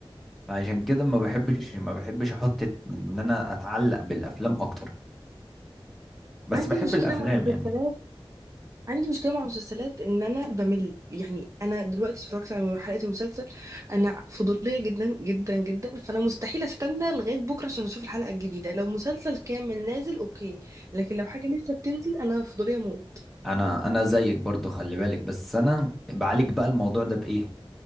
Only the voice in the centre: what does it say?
عشان كده ما بحبش ما بحبش احط ان انا اتعلق بالافلام اكتر بس
بحب
الافلام
يعني
انا انا زيك برضو خلي بالك بس انا بعالج بقى الموضوع ده بايه